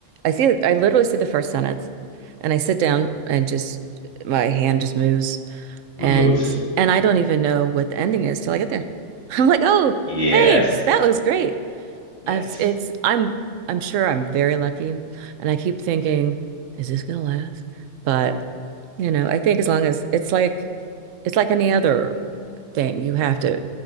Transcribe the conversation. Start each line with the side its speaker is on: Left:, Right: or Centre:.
Right: I see, I literally see the first sentence, and I sit down and just my hand just moves,
Left: we
Right: and
Left: moves.
Right: and I don't even know what the ending is till I get there. <laughs> I'm like, oh,
Left: Yes.
Right: thanks, that was great.
Left: Yes.
Right: It's, it's I'm I'm sure I'm very lucky, and I keep thinking, is this gonna last? But you know, I think as long as it's like it's like any other thing, you have to.